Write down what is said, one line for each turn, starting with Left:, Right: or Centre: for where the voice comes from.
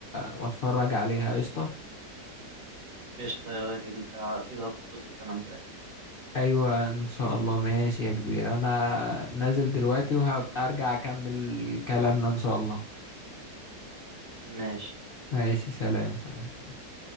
Left: واتفرج عليها قشطه
Right: قشطة يا غالي انت اكيد هتتبسط انا متأكد يعني
Left: ايوه ان شاء الله ماشي يا كبير انا نازل دلوقتي وهبقى ارجع اكمل كلامنا ان شاء الله
Right: ماشي
Left: ماشي سلام سلام سلام